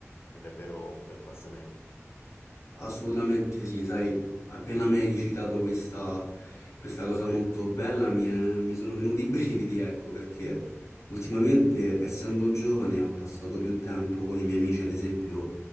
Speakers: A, on the left; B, on the left.
A: è davvero un bel passatempo.
B: Assolutamente sì, sai, appena mi hai citato questa, questa cosa molto bella mi, è- mi sono venuti i <laughs> brividi, ecco, perché ultimamente,
A: <laughs>
B: essendo giovane, ho passato più tempo con i miei amici, ad esempio,